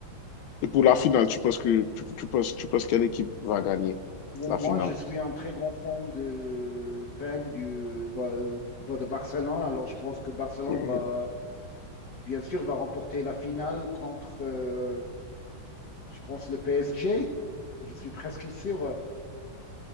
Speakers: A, on the left (about 80°); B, on the left (about 60°).
A: et pour la finale, tu penses que tu, tu penses, tu penses quelle équipe va gagner
B: Ou
A: la
B: Moi,
A: finale?
B: je suis un très grand fan de, fan du, bah, de bah, de Barcelone. Alors, je pense que Barcelone
A: Mhm.
B: va, bien sûr, va remporter la finale contre, euh, je pense, le PSG. Je suis presque sûr.